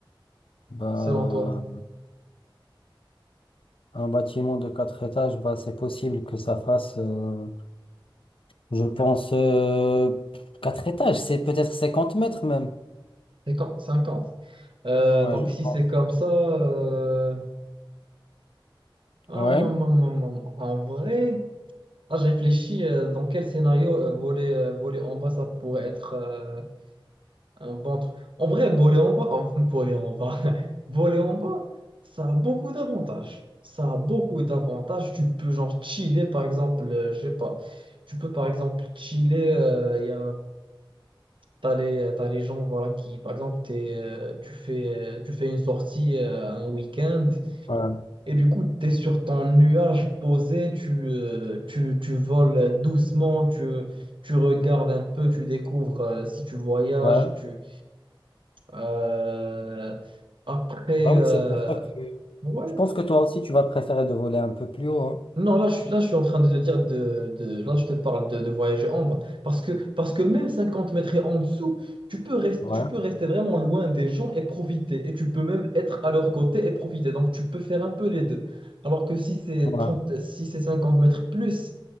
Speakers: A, on the left; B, on the right.
A: Bah,
B: selon toi.
A: un bâtiment de quatre étages, bah, c'est possible que ça fasse, euh, je pense, euh, quatre étages, c'est peut-être 50 mètres même.
B: 50. 50. Euh,
A: Ouais,
B: donc,
A: je
B: si
A: pense.
B: c'est comme ça, euh, hum,
A: Ouais,
B: hum, hum, hum, hum. en vrai, ah, j'ai réfléchi euh, dans quel scénario euh, voler, euh, voler en bas, ça pourrait être euh, un bon truc. En vrai, voler en bas, en- <laughs> voler en bas, <laughs> voler en bas, ça a beaucoup d'avantages. Ça a beaucoup d'avantages. Tu peux, genre, chiller, par exemple, euh, je sais pas. Tu peux, par exemple, chiller. euh, Il T'as les, t'as les gens voilà, qui, par exemple, t'es, euh, tu fais, euh, tu fais une sortie euh, un week-end
A: ouais,
B: et du coup, tu es sur ton nuage posé, tu, euh, tu, tu voles doucement, tu, tu regardes un peu, tu découvres euh, si tu voyages.
A: ouais.
B: Tu, euh, après,
A: Bah
B: euh,
A: oui, c'est pour ça que
B: ouais,
A: je pense que toi aussi, tu vas préférer de voler un peu plus haut. hein.
B: Non, là je, suis- là, je suis en train de te dire de, de- là, je te parle de, de voyager en bas. Parce que, parce que même 50 mètres et en dessous, tu peux rester,
A: Ouais,
B: tu peux rester vraiment loin des gens et profiter. Et tu peux même être à leur côté et profiter. Donc, tu peux faire un peu les deux. Alors que si c'est
A: ouais,
B: trente si c'est 50 mètres plus,